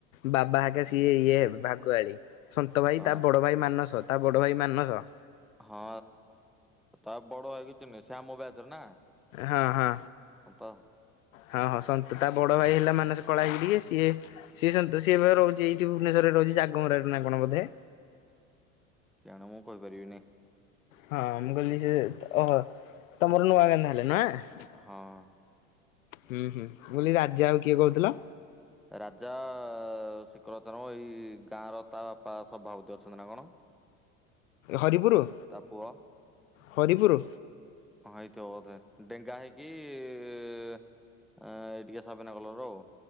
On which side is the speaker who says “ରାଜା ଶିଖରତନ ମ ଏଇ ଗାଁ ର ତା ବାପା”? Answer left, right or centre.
Centre